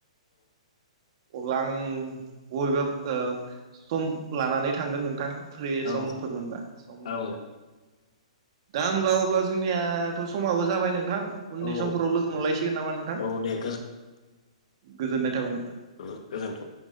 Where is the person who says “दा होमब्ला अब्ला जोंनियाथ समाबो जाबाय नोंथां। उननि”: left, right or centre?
Right